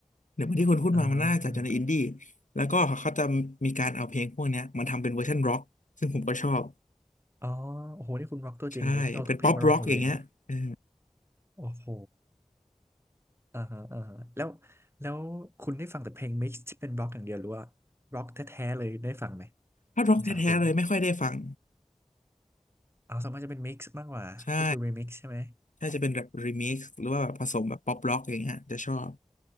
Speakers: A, on the left; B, on the right.
A: เดี๋ยวเหมือนที่คุณพูดมามันน่าจะอยู่ในอินดี้
B: ๆอ่าอม
A: แล้วก็เขาจะมีการเอาเพลงพวกเนี้ยมาทำเป็นเวอร์ชันร็อกซึ่งผมก็ชอบ
B: อ๋อโอ้โหนี่คุณร็อกตัวจริงเลยเอาทุกเพลงมาร็อกหมดเลยนะ
A: ใช่ เป็นป๊อปร็อกอย่างเงี้ยเออ
B: โอ้โห อ่าฮะอ่าฮะแล้วแล้วคุณได้ฟังแต่เพลงมิกซ์ที่เป็นร็อกอย่างเดียวหรือว่าร็อกแท้ๆเลยได้ฟังไหม
A: ถ้าร็อกแท้ๆเลยไม่ค่อยได้ฟัง
B: ของสากลเอาส่วนมากจะเป็นมิกซ์มากกว่า
A: ใช่
B: ก็คือรีมิกซ์ใช่ไหม
A: ถ้าจะเป็นแบบรีมิกซ์หรือว่าแบบผสมแบบป๊อปร็อกอย่างเงี้ยจะชอบ